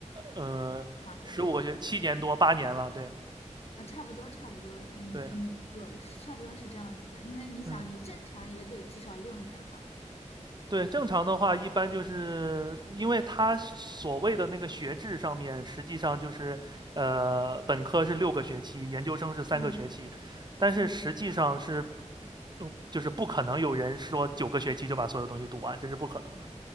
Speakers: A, on the right; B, on the left.
A: 呃十五个学七年多八年了，
B: 两个学位呢，
A: 对
B: 啊，差不多差不多，嗯嗯，
A: 对，
B: 我是差不多是这样子的，因为你想，
A: 嗯
B: 你正常也得至少六年嘛，
A: 对，正常的话一般就是因为他所谓的那个学制上面，实际上就是呃本科是六个学期，研究生是三个学期，
B: 嗯
A: 但是实际上是。
B: 嗯，
A: 嗯就是不可能有人说九个学期就把所有东西读完，这是不可能的。